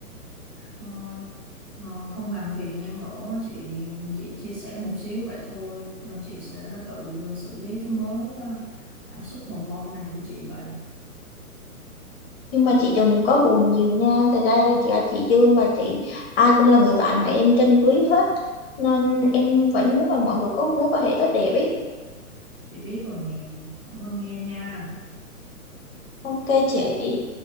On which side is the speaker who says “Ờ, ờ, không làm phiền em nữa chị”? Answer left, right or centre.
Centre